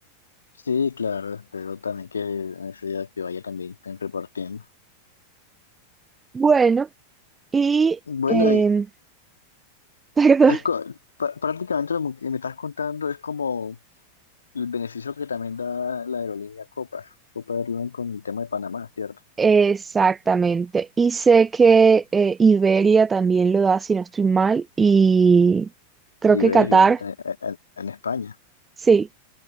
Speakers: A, on the left; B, on the right.
A: Sí, claro, espero también que en ese día que vaya también estén repartiendo.
B: Bueno, y,
A: Bueno,
B: em,
A: y
B: <laughs> perdón.
A: es co- pa- prácticamente lo que me estás contando es como el beneficio que también da la aerolínea Copa, Copa Airlines con el tema de Panamá, ¿cierto?
B: Exactamente. Y sé que eh, Iberia también lo da, si no estoy mal, y creo
A: Iberia
B: que Qatar,
A: en, en en- en España.
B: sí,